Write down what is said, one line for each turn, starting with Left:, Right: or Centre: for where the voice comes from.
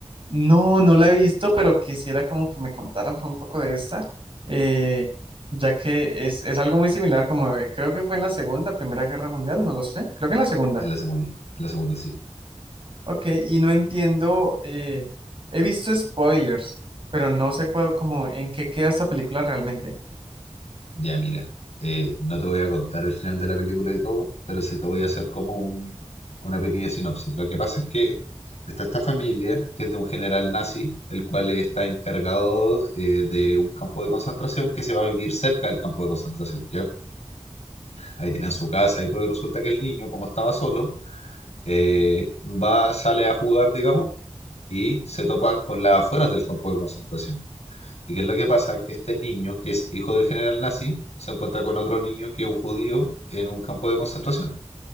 Right: No, no la he visto, pero quisiera como que me contaras un poco de esta, eh, ya que es, es algo muy similar, como eh, creo que fue en la Segunda, Primera Guerra Mundial, no lo sé, creo que en la Segunda.
Left: En la segunda, en la segunda sí.
Right: Ok, y no entiendo, eh, he visto spoilers, pero no sé cua- como en qué queda esta película realmente.
Left: Ya, mira, eh, no te voy a contar el final de la película y todo, pero sí te voy a hacer como un- una pequeña sinopsis. Lo que pasa es que está esta familia, que es de un general nazi, el cual está encargado eh, de un campo de concentración que se va a vivir cerca del campo de concentración, ¿ya? Ahí tienen su casa y todo, y resulta que el niño, como estaba solo, eh, va, sale a jugar, digamos, y se topa con las afueras del campo de concentración. ¿Y qué es lo que pasa? Que este niño, que es hijo del general nazi, se encuentra con otro niño que es un judío en un campo de concentración.